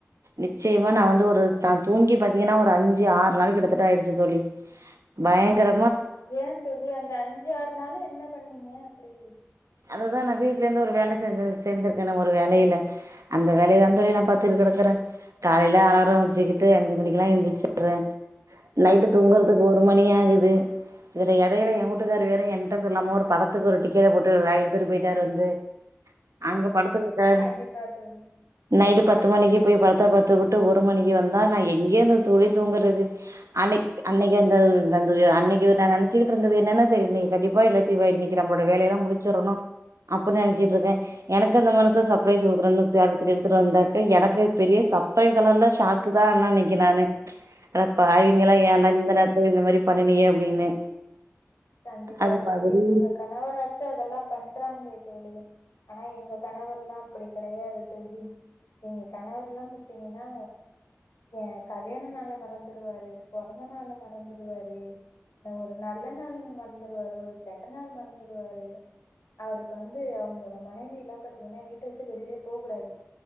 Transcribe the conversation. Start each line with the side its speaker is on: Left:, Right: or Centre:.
Right: நிச்சயமா நா
Left: ம்
Right: வந்து ஒரு த தூங்கி பாத்தீங்கன்னா ஒரு அஞ்சு ஆறு நாளைக்கிட்டத்தட்ட ஆயிடுச்சு தோழி பயங்கர
Left: ஏன் தோழி அந்த அஞ்சுறு நாள்ல என்ன பண்ணீங்க அப்டி
Right: அதுதா நா வீட்லருந்து ஒரு வேல சேந்துருக் சேந்துருக்கனே ஒரு வேலையில அந்த வேலையதா தோழி நா
Left: ம்
Right: பாத்துருக் இருக்குறே காலையில அலாரோ வெச்சுக்கிட்டு அஞ்சு மணிக்கெல்லா எழுந்திச்சறே தோ <inaudible> நைட்டு தூங்கறதுக்கு ஒரு
Left: ம்ஹ்ம்
Right: மணி ஆகுது இதுல எடையில என் உட்டுக்காரு
Left: ம்ஹ்ம்
Right: வேற என்ட சொல்லாம ஒரு படத் த்துக்கொரு ஒரு டிக்கெட்டப் போட்டுல இழுத்துட்டு பொயிட்டாரு வந்து அங்க படத்துக்குப்ட
Left: கண்டிப்பா தோழி. ம்
Right: நைட்டு பத்து மணிக்கி போய் படத்து டப்பாத்துப்புட்டு ஒரு மணிக்கி வந்தா நா எங்கேருந்து தோழி தூங்கறது அன்னைக் அன்னைக்கி
Left: ம்ஹ்ம்
Right: அந்த வந்து அன்னைக் இவுங்க நெனைச்சிட்ருந்தது என்னென்ன தெரியலையே கண்டிப்பா இல்லாட்டிவ இன்னைக்கி நம்ளோட வேலையில்லா முடிச்சத்தோன்னு அப்டித்தா நெனைச்சிட்டுருக்கே
Left: ம்
Right: எனக்கு அந்த மரித்தா சர்பரைஸ் குடுக்குறன்னு <unintelligible> எடுத்துட்டு வந்தாக்க எனக்கே பெரிய சப்ரைஸெல்லால்லா ஷாக்கு தா ஆனா அன்னைக்கி நானு அடப்பாவிங்களா ஏன்டா இந்த நேரத்துல இந்த மாரி பண்ணுனியே அப்டின்னு
Left: கண்டிப்பா
Right: அது
Left: தோழி
Right: மாதிரி
Left: உங்க கணவராச்சு அதெல்லா பண்றாங்ளே தோழி ஆனா எங்க கணவர்லா அப்டி கடையாது தோழி உங்க கணவர்லா பாத்தீங்கனா ஏ கல்யாணனால மறந்துருவாரு பொறந்தனால மறந்துருவாரு அ ஒரு நல்ல நாள்ங்க மறந்துருவாரு ஒரு கெட்ட நாள் மறந்துடுவாரு அவருக்கு வந்து அவங்களோட மனைவியெல்லா பாத்தீங்கன்னா வீட்ட விட்டு வெளியிலயே போக்கூடாது